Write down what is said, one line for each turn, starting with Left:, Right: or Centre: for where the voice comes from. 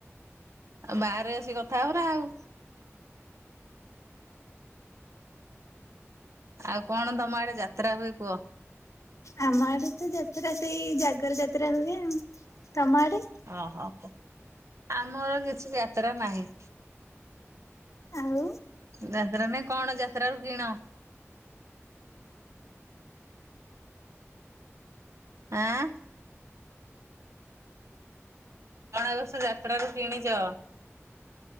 Right: ବାହାରେ ଆସିକି କଥା ହବା ନା ଆଉ ଆଉ କଣ ତମ ଆଡେ ଯାତ୍ରା ହୁଏ କୁହ?
Left: ଆମ ଆଡେ ତ ଯାତ୍ରା ସେଇ ଜାଗର ଯାତ୍ରା ହୁଏ, ତମ ଆଡେ
Right: ଓହୋ କୁହ, ଆମର କିଛି ଯାତ୍ରା ନାହିଁ।
Left: ଆଉ
Right: ଯାତ୍ରା ନାଇ, କଣ ଯାତ୍ରା ରୁ କିଣ? ଆଁ କଣ ଏ ବର୍ଷ ଯାତ୍ରାରୁ କିଣିଛ?